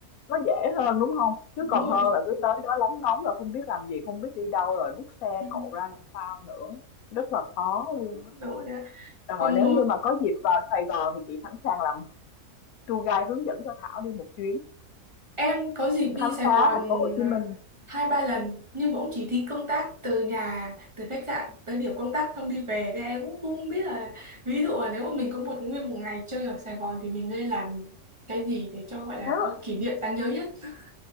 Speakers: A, on the left; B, on the right.
A: nó dễ hơn, đúng không Chứ
B: đúng
A: còn
B: rồi
A: hơn là cứ tới đó lóng ngóng là không biết làm gì, không biết đi đâu, rồi bút xe
B: <laughs>
A: cộ ra làm sao nữa, rất là khó luôn
B: đúng
A: á.
B: rồi còn
A: Rồi nếu
B: một
A: như mà có dịp vào Sài Gòn thì chị sẵn sàng làm tour guide hướng dẫn cho Thảo đi một chuyến,
B: Em có dịp đi
A: khám
B: Sài
A: phá
B: Gòn
A: thành phố Hồ Chí
B: à,
A: Minh.
B: hai ba lần nhưng mà cũng chỉ đi công tác từ nhà từ khách sạn tới điểm công tác xong đi về nên em cũng không biết là ví dụ là nếu mà mình có một nguyên một ngày chơi ở Sài Gòn thì mình nên làm cái gì để cho gọi là
A: Đó.
B: có kỷ niệm đáng nhớ nhất